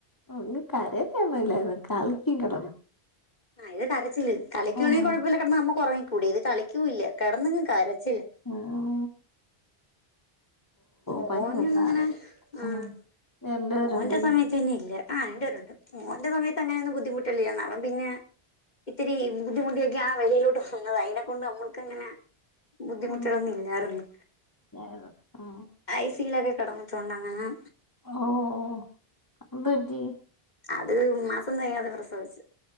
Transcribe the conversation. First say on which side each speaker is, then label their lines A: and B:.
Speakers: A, on the left; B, on the left.
A: ഓഹ് ത് കരയത്തൊന്നുല്ലായിരുന്ന് കളിക്കും കെടന്ന്
B: ആഹ് ഇത് കരച്ചില് കളിക്കുവാണെ
A: ഉം
B: കൊഴപ്പല്ല കെടന്ന് നമ്മക്ക് ഒറങ്ങിക്കൂടെ ഇത് കളിക്കൂല്ല കെടന്നങ് കരച്ചില്
A: ആഹ്
B: മോനന്നും
A: ഭയങ്കര പാടായിരുന്നു
B: ഇങ്ങനെ ആഹ്
A: ഉം രണ്ട് പേരുണ്ടല്ലേ
B: മോന്റെ സമയത്ത് പിന്നെ ഇല്ല ആഹ് രണ്ട് പേരുണ്ട്. മോന്റെ സമയത്ത് അങ്ങനെയൊന്നും ബുദ്ധിമുട്ടല്ലില്ലാന്ന് അവൻ പിന്നെ, ഇത്തിരി ബുദ്ധിമുട്ടിയൊക്കെയാ വെളിയിലോട്ട് പോവുന്നത് അയ്നെ കൊണ്ട് നമ്മുക്കങ്ങനെ ബുദ്ധിമുട്ടുകളൊന്നും
A: ഉം
B: ഇല്ലാര്ന്ന്.
A: ആയിരുന്നു ഉം
B: ഐ സിയിലൊക്കെ കടന്നിട്ടുണ്ടങ്ങനെ.
A: ഓഹ് ഓഹ് അതെന്ത് പറ്റി?
B: അത് മാസം തെകയാതെ പ്രസവിച്ചു.